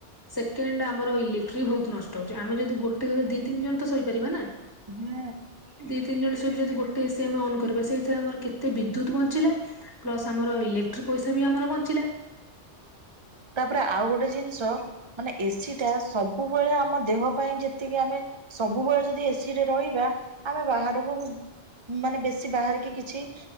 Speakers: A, on the left (about 20°); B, on the right (about 30°).
A: ସେକେଣ୍ଡ ଆମର ଇଲେକ୍ଟ୍ରି ବହୁତ ନଷ୍ଟ ହଉଛି, ଆମେ ଯଦି ଗୋଟେ ଘରେ ଦି ତିନି ଜଣ ତ ଶୋଇପାରିବା ନା
B: ହୁଁ।
A: ଦି ତିନି ଜଣ ଶେଇକି ଯଦି ଗୋଟେ ଏସି ଆମେ ଅନ୍ କରିବା ସେଇଥିରେ ଆମର କେତେ ବିଦ୍ୟୁତ୍ ବଞ୍ଚିଲା ପ୍ଲସ୍ ଆମର ଇଲେକ୍ଟ୍ରିକ୍ ପଇସା ବି ଆମର ବଞ୍ଚିଲା
B: ତାପରେ ଆଉ ଗୋଟେ ଜିନିଷ ମାନେ ଏସି ଟା ସବୁବେଳେ ଆମ ଦେହ ପାଇଁ ଯେତିକି ଆମେ ସବୁବେଳେ ଯଦି ଏସିରେ ରହିବା ଆମେ ବାହାରକୁ ମାନେ ବେଶୀ ବାହାରିକି କିଛି